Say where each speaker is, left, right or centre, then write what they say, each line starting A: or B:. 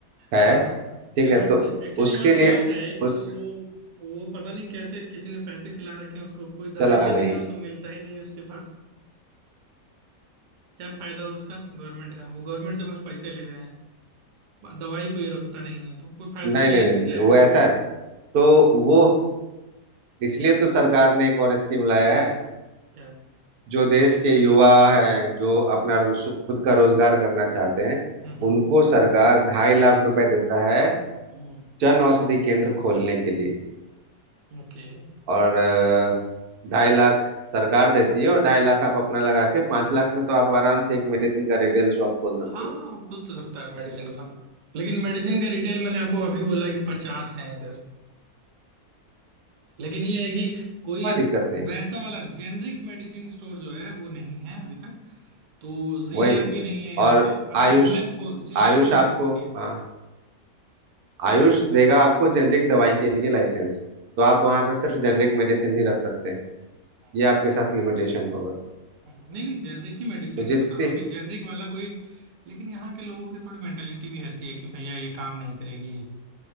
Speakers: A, on the right; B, on the right.
A: है
B: हाँ
A: ठीक
B: जन
A: है
B: औषधि
A: तो
B: एक्चुअली
A: उसके
B: यहाँ खुला
A: लिए
B: था एक
A: उस
B: तो वो वो पता नहीं कैसे किसी ने पैसे खिला रखे हैं उसको कोई दवाई
A: चला
B: लेने
A: नहीं
B: जाओ तो मिलता ही नहीं है उसके पास क्या फायदा उसका गवर्नमेंट का वो गवर्नमेंट से बस पैसे ले रहे हैं दवाई कोई रखता नहीं है तो कोई फायदा
A: नहीं
B: कोई
A: नहीं
B: ले ही
A: नहीं
B: नहीं जाएगा
A: वो ऐसा है तो वो इसलिए तो सरकार ने एक और स्कीम लाया है
B: क्या
A: जो देश के युवा हैं जो अपना रोज- खुद का रोजगार करना चाहते हैं
B: हम्म
A: उनको सरकार ढाई लाख रुपए देता है
B: हम्म
A: जन औषधि केंद्र खोलने के लिए
B: ओके
A: और अ, ढाई लाख सरकार देती है और ढाई लाख आप अपना लगा के पांच लाख में तो आप आराम से एक मेडिसिन का रिटेल शॉप खोल सकते
B: हाँ
A: हो
B: वो खुल तो सकता है मेडिसिन का लेकिन मेडिसिन का रिटेल मैंने आपको अभी बोला कि पचास है इधर लेकिन ये है कि कोई
A: कोई दिक्कत नहीं
B: वैसा वाला जेनरिक मेडिसिन स्टोर जो है वो नहीं है अभी तक तो जी
A: वही
B: लैब भी नहीं है यहाँ
A: और
B: पे अगर
A: आयुष
B: जी लैब खो जी लैब
A: आयुष
B: खोली
A: आपको
B: जा सकती
A: हाँ आयुष देगा आपको जेनरिक दवाई के लिए लाइसेंस तो आप वहाँ पे सिर्फ जेनरिक मेडिसिन ही रख सकते हैं
B: है
A: ये आपके साथ लिमिटेशन होगा
B: हम्म, नहीं नहीं जेनरिक ही मेडिसिन
A: तो
B: की
A: जितनी
B: बता रहा हूँ कि जेनरिक वाला कोई लेकिन यहाँ के लोगों की थोड़ी मेंटेलिटी भी ऐसी है कि भैया ये काम नहीं करेगी